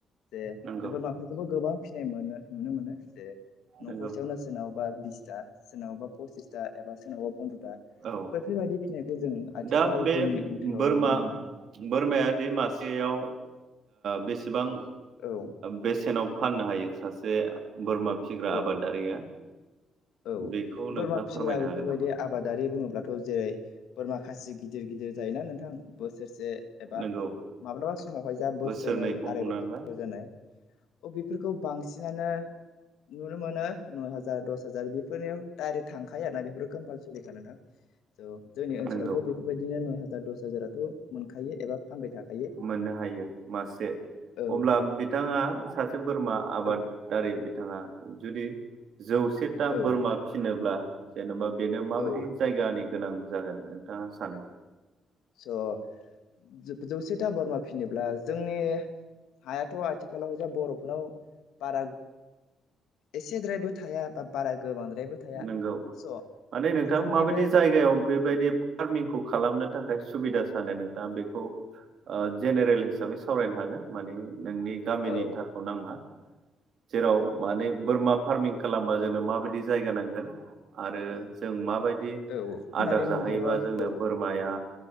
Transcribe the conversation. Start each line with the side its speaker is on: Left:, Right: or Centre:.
Left: जे
Right: नंगौ
Left: बोरमाफोरखौबो गोबां फिनाय मोनो नुनो मोनो जे न'खरसेयावनो
Right: नंगौ
Left: सोरनावबा बिसथा सोरनावबा पसिसथा एबा सोरनावबा फन्द्र'था
Right: औ
Left: बैफोरबायदि फिनायखौ जों आथिखालाव
Right: दा बे
Left: जोंनि ओनसोलाव
Right: बोरमा
Left: नुनो मोनो
Right: बोरमायादि मासेयाव बेसेबां
Left: आरो
Right: बेसेनाव फाननो हायो सासे बोरमा फिग्रा
Left: औ
Right: आबादारिया
Left: औ
Right: बेखौ नोंथाङा
Left: बोरमा फिसिग्रा
Right: फोरमायनो
Left: बेफोरबायदि
Right: हागोन नामा
Left: आबादारि <unintelligible> बुङोब्लाथ' जेरै बोरमा खासि गिदिर गिदिर जायोना नोंथां बोसोरसे एबा
Right: नोंगौ
Left: माब्लाबा समावहाय जा बोसोनै
Right: बोसोरनैखौ
Left: आराय
Right: हमनानै
Left: बोसोर
Right: ला
Left: गोजोनै अ बेफोरखौ बांसिनानो नुनो मोनो नय हाजार दस हाजार बेफोरनियाव डाइरेक्ट थांखायो ना बेफोर कम्पालसरिखा नोंथां स' जोंनि ओनसोलावथ'
Right: नोंगौ
Left: बेफोरबायदिनो नय हाजार दस हाजाराथ' मोनखायो एबा फानबाय थाखायो
Right: मोननो हायो मासे
Left: औ
Right: अब्ला बिथाङा सासे बोरमा आबादारि
Left: औ
Right: बिथाङा जुदि जौसेथा
Left: औ
Right: बोरमा फिनोब्ला जेन'बा बेनो माबायदि
Left: औ
Right: जायगानि गोनां जागोन नोंथाङा सानो
Left: स' जौसेथा बारमा फिनोब्ला जोंनि हायाथ' आथिखालाव जा बर'फोरनाव बारा एसेद्रायबो थाया बा बारा गोबांद्रायबो थाया
Right: नंगौ
Left: स'
Right: माने नोंथां
Left: जोंनि
Right: माबायदि
Left: बे
Right: जायगायाव बेबायदि फार्मिखौ खालामनो थाखाय सुबिदा सानो नोंथाङा बेखौ जेनेरेल हिसाबै सावरायनो हागोन माने नोंनि गामिनि
Left: औ
Right: थारखौ नाङा जेराव माने बोरमा फार्मि खालामबा जोंनो माबायदि जा नांगोन आरो जों माबायदि बिदि
Left: औ होननानै
Right: आदार
Left: बुङोब्लाथ'
Right: जाहैयोबा जोंनो
Left: औ
Right: बोरमाया